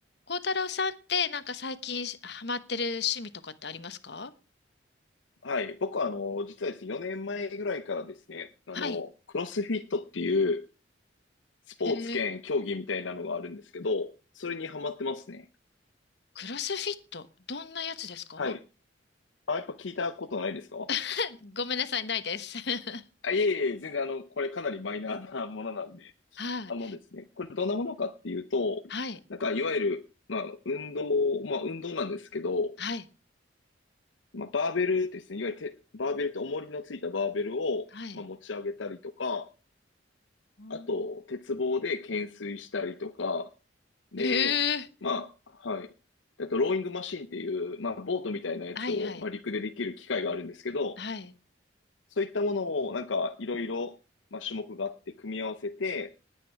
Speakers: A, on the left; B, on the left.
A: 孝太郎さんって、なんか最近ハマってる趣味とかってありますか
B: はい。僕は、あの、実はですね、4年前ぐらいからですね、あの、
A: はい。
B: クロスフィットっていうスポーツ兼競技みたいなのがあるんですけど、
A: えー、
B: それにハマってますね。
A: クロスフィット、どんなやつですか
B: はい。あ、やっぱ聞いたことないですか
A: <laughs> ごめんなさい、ないです。<laughs>
B: あ、いえいえ、全然あの、これかなりマイナーなものなんで。
A: はい。
B: あのですね、これどんなものかっていうと、
A: はい。
B: なんかいわゆる、まあ、運動、まあ、運動なんですけど、
A: はい。
B: まあ、バーベルですね、いわゆるてバーベルって重りのついたバーベルを、
A: はい。
B: まあ、持ち上げたりとか、
A: うん
B: あと、鉄棒で懸垂したりとか、で、
A: えー、
B: まあ、はい。あと、ローイングマシンっていう、まあ、ボートみたいなやつを、
A: はい、はい。
B: まあ、陸でできる機械があるんですけど、
A: はい。
B: そういったものを、なんか、いろいろ、まあ、種目があって、組み合わせて、